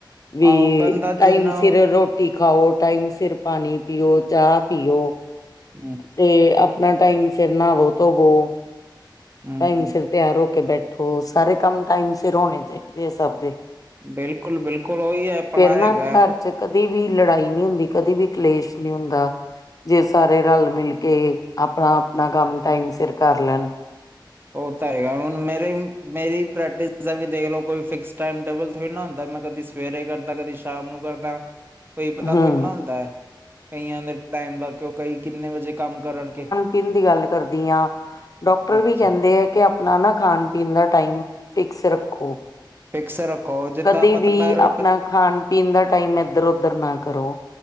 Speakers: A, on the left; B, on the right.
A: ਵੀ
B: ਆਹੋ ਬੰਦਾ
A: ਟਾਈਮ
B: ਜਿੰਨਾ
A: ਸਿਰ ਰੋਟੀ ਖਾਓ ਟਾਈਮ ਸਿਰ ਪਾਣੀ ਪੀਓ ਚਾਹ ਪੀਓ।
B: ਹੂੰ
A: ਤੇ ਆਪਣਾ ਟਾਈਮ ਸਿਰ ਨਾਵੋ ਧੋਵੋ
B: ਹੂੰ
A: ਟਾਈਮ ਸਿਰ ਤਿਆਰ ਹੋ ਕੇ ਬੈਠੋ ਸਾਰੇ ਕੰਮ ਟਾਈਮ ਸਿਰ ਹੋਣੇ ਚਾਹੀਦੇ ਸਭ ਦੇ
B: ਬਿਲਕੁਲ ਬਿਲਕੁਲ ਉਹੀ ਆਪਣਾ
A: ਫੇਰ ਨਾ
B: ਹੈਗਾ
A: ਘਰ ਚ ਕਦੇ ਵੀ ਲੜਾਈ ਨੀ ਹੁੰਦੀ ਕਦੇ ਵੀ ਕਲੇਸ਼ ਨੀ ਹੁੰਦਾ, ਜੇ ਸਾਰੇ ਰਲ ਮਿਲ ਕੇ ਆਪਣਾ ਆਪਣਾ ਕੰਮ ਟਾਈਮ
B: <inaudible> ਉਹ
A: ਸਿਰ ਕਰ ਲੈਣ
B: ਤਾਂ ਹੈਗਾ ਹੁਣ ਮੇਰੀ ਮੇਰੀ ਪ੍ਰੈਕਟਿਸ ਦਾ ਵੀ ਦੇਖ ਲੋ ਕੋਈ ਫਿਕਸ ਟੈਮ ਟੇਬਲ ਥੋੜੀ ਨਾ ਹੁੰਦਾ ਮੈਂ ਕਦੀ ਸਵੇਰੇ ਕਰਦਾ ਕਦੀ ਸ਼ਾਮ ਨੂੰ ਕਰਦਾ ਕਈ ਪਤਾ
A: ਹਮ
B: ਥੋੜੀ ਹੁੰਦਾ ਐ, ਕਈਆਂ ਦੇ ਟਾਈਮ ਦਾ ਕਿਉ ਕਈ ਕਿੰਨੇ ਵਜੇ ਕੰਮ ਕਰਨ ਕਿ
A: ਪਿੰਨ ਦੀ ਗੱਲ ਕਰਦੀ ਆ ਡਾਕਟਰ
B: ਅੱਛਾ
A: ਵੀ ਕਹਿੰਦੇ ਆ ਕਿ ਆਪਣਾ ਨਾ ਖਾਣ ਪੀਣ ਦਾ ਟਾਈਮ ਫਿਕਸ ਰੱਖੋ।
B: ਫਿਕਸ ਰੱਖੋ ਜਿੱਦਾਂ
A: ਕਦੇ
B: ਆਪਾਂ
A: ਵੀ
B: ਦੁਪਹਿਰ
A: ਆਪਣਾ ਖਾਣ ਪੀਣ ਦਾ ਟਾਈਮ ਏਧਰ ਉਧਰ ਨਾ ਕਰੋ।